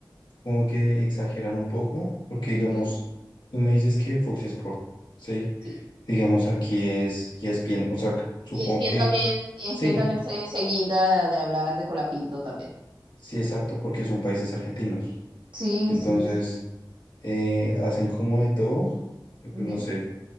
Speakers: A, on the left; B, on the right.
A: como que exageran un poco, porque
B: Ujú,
A: digamos, tú me dices que Fox Sports, ¿sí?
B: sí.
A: digamos, aquí es y es bien, o sea, supongo
B: Y ESPN
A: que
B: también, ESPN
A: sí,
B: también se, se guinda de hablar de Colapinto también.
A: sí, exacto, porque son países argentinos.
B: Sí,
A: Entonces,
B: sí, sí.
A: eh, hacen como de todo, eh, pues
B: Ujú.
A: no sé,